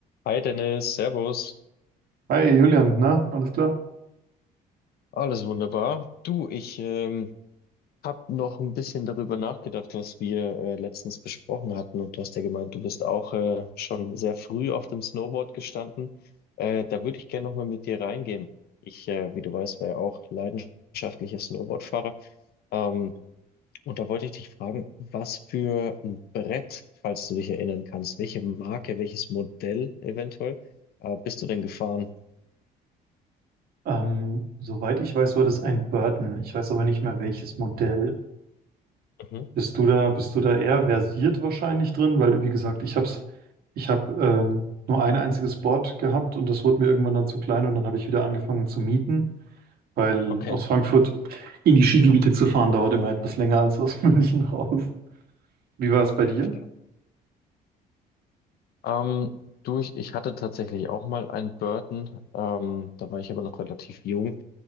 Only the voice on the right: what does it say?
Hi Julian, na, alles klar?
Ähm, soweit ich weiß, war das ein Burton. Ich weiß aber nicht mehr welches Modell.
Bist du da, bist du da eher versiert wahrscheinlich drin? Weil, wie gesagt, ich hab's, ich habe ähm, nur ein einziges Board gehabt und das wurde mir irgendwann dann zu klein und dann habe ich wieder angefangen zu mieten, weil
aus Frankfurt in die Skigebiete zu fahren dauert immer etwas länger als aus <laughs> München raus. Wie war es bei
dir?